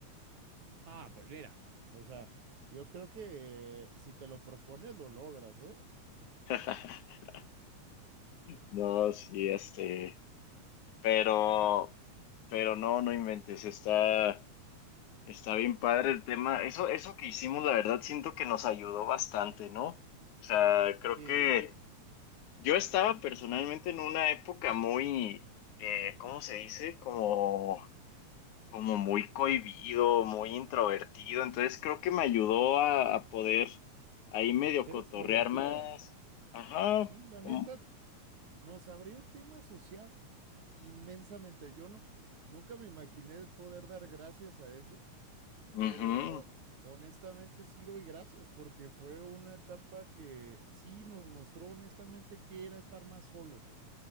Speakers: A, on the right; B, on the left.
A: Ah, pues mira. O sea, yo creo que eh, si te lo propones, lo logras, ¿eh?
B: <laughs> No, sí, este. Pero, pero no, no inventes, está, está bien padre el tema. Eso, eso que hicimos, la verdad, siento que nos ayudó bastante, ¿no? O sea, creo
A: Sí,
B: que yo estaba personalmente en una época muy, eh, ¿cómo se dice? Como, como muy cohibido, muy introvertido. Entonces creo que me ayudó a, a poder ahí medio
A: ser
B: cotorrear
A: extrovertido.
B: más. Ajá,
A: Sí, la
B: como,
A: neta, nos abrió el tema social inmensamente. Yo no, nunca me imaginé poder dar gracias a eso,
B: mhm,
A: pero honestamente sí doy gracias porque fue una etapa que sí nos mostró honestamente que era estar más solos.